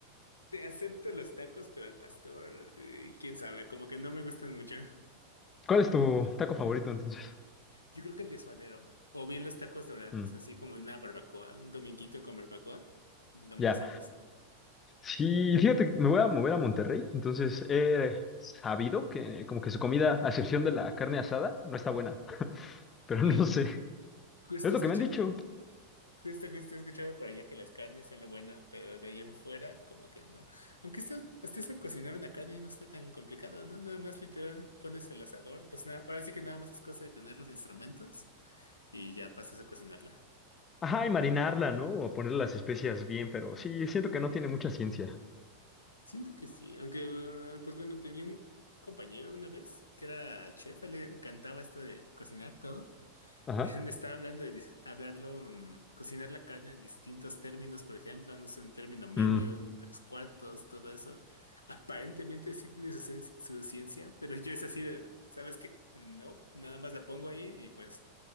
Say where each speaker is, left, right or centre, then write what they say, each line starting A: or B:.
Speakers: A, on the left; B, on the left.
A: Te acepto los tacos, pero al pastor, eh, quién sabe, como que no me gustan mucho.
B: ¿Cuál es tu taco favorito entonces?
A: Yo creo que el de suadero, o bien los tacos dorados,
B: Mm,
A: así como una barbacoa, un dominguito con barbacoa, lo más
B: ya.
A: sabroso.
B: Sí, fíjate, me voy a mover a Monterrey, entonces he sabido que como que su comida, a excepción de la carne asada, no está buena, <laughs> pero
A: ¿Qué?
B: no sé.
A: Justo
B: Es lo
A: escuchar.
B: que me han dicho.
A: Justo, justo he escuchado por allá que las carnes son lo bueno, pero de ahí en fuera, como que no. Aunque esto, hasta eso cocinar una carne no está tan complicado, ¿no? Nada más literal pones el asador, pues nada, ahora sí que nada más es cosa de tener los instrumentos y ya pasas a cocinarla.
B: Ajá, y marinarla, ¿no? O ponerle las especias bien, pero sí, siento que no tiene mucha ciencia.
A: Siento que sí, aunque, eh, pues bueno, tenía un compañero una vez que era chef, a él le encantaba esto de cocinar todo.
B: Ajá.
A: <laughs> Me estaba hablando de dis- hablarlo, mm, cocinar la carne en distintos términos, por ejemplo, no sé, un término medio,
B: Mm.
A: un tres cuartos, todo eso. Aparentemente sí tiene su, cien- su ciencia, pero yo es así de, ¿sabes qué? No, nada más la pongo ahí y pues